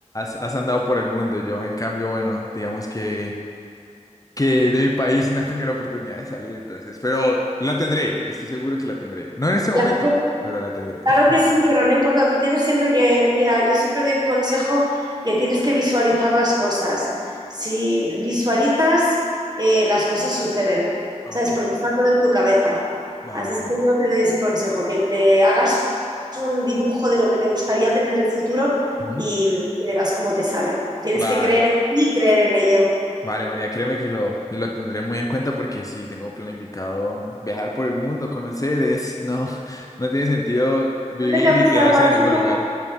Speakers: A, on the left; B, on the right.
A: has andado por el mundo. Yo, en cambio, bueno, digamos que, que de mi país <laughs> no he tenido la oportunidad de salir, entonces, pero la tendré, estoy seguro que la tendré. No en este momento,
B: Claro,
A: pero la tendré.
B: Claro
A: <laughs>
B: que sí, pero no importa, tú tienes siempre que, mira, yo siempre doy un consejo que tienes que visualizar las cosas. Si visualizas, eh, las cosas suceden,
A: Ok,
B: ¿sabes? Porque está todo en tu cabeza.
A: vale,
B: Así es
A: vale.
B: que yo te doy ese consejo, que te hagas un dibujo de lo que te gustaría tener en el futuro
A: Ujú.
B: y, y verás cómo te sale. Tienes
A: Vale,
B: que creer en ti y creer en ello.
A: vale, María, créeme que lo, lo tendré muy en cuenta porque sí, tengo planificado viajar por el mundo, conocer, es, no, <laughs> no tiene sentido vivir
B: ¿Dónde te gusta?
A: y quedarse
B: ¿Cuál
A: en el
B: sería,
A: mismo lugar.